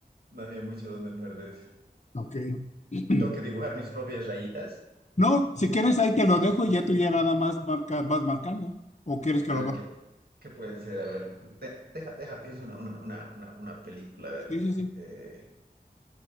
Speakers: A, on the right (about 80°); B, on the left (about 45°).
A: no había mucho donde perderse.
B: Ok. <clears throat>
A: Tengo que dibujar mis propias rayitas.
B: No, si quieres ahí te lo dejo y ya tú ya nada más marca, vas marcando. ¿O quieres que
A: A
B: lo
A: ver,
B: borre?
A: ¿qué, qué puede ser? A ver, de- deja, deja, pienso una, una, una, una, una película, a ver,
B: Sí, sí, sí.
A: eh,